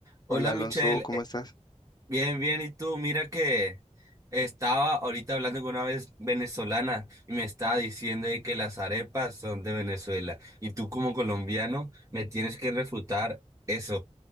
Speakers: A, on the right (about 25°); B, on the left (about 35°).
A: Hola
B: Hola Alonso,
A: Michelle,
B: ¿cómo
A: Eh,
B: estás?
A: bien, bien, ¿y tú? Mira que estaba ahorita hablando con una vez venezolana y me estaba diciendo de que las arepas son de Venezuela y tú como colombiano me tienes que refutar eso.